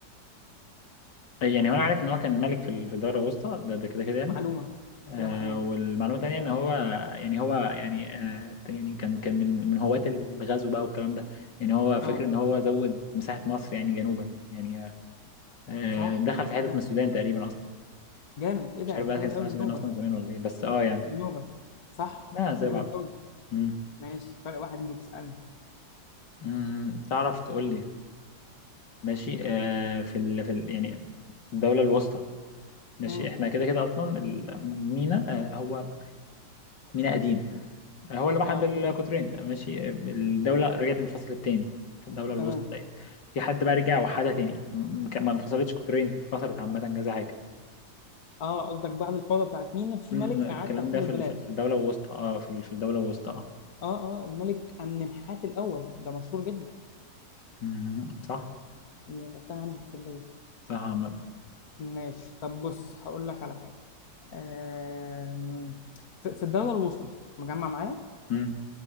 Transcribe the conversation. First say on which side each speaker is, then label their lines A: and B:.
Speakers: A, on the left; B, on the left.
A: يعني هو انا عارف ان هو كان ملك في ال- في الدولة الوسطى ده ده كده كده يعني
B: معلومه
A: آه
B: كده معلومه
A: والمعلومة التانية ان هو يعني هو يعني آه يعني كان كان من من هواة الغزو بقى والكلام ده يعني هو فاكر
B: اه
A: ان هو زود مساحة مصر يعني جنوبا يعني آه آه،
B: صح
A: دخل في حتة
B: ايه ده
A: من السودان تقريبا اصلا
B: جامد ايه ده
A: مش عارف بقى
B: جامد
A: كان اسمها
B: قوي
A: السودان
B: النوبه
A: اصلا زمان ولا ايه بس اه يعني
B: النوبه صح
A: لا زي
B: جامد
A: بعض
B: قوي
A: مم.
B: ماشي فرق واحد ليك اسألني
A: مم. تعرف تقول لي ماشي آه في ال... في ال... يعني في الدولة الوسطى ماشي
B: امم
A: احنا كده كده اصلا المينا آه هو مينا قديم آه هو اللي وحد
B: اه
A: القطرين ماشي آه الدولة رجعت انفصلت تاني في الدولة الوسطى
B: تمام
A: تقريبا في حد بقى رجع وحدها تاني م- م- ما انفصلتش قطرين انفصلت عامة كذا حاجة
B: اه قصدك بعد الفوضى بتاعت مينا في
A: م-
B: ملك
A: م- الكلام
B: أعاد توحيد
A: ده في
B: البلاد
A: ال- في الدولة الوسطى اه في ال- في الدولة الوسطى اه
B: اه اه الملك أمنمحات الأول ده مشهور جدا
A: م- صح
B: دي خدتها عندي في الكلية
A: صح عامة
B: ماشي طب بص هقول لك على حاجة آم... في في الدولة الوسطى مجمع معايا
A: م.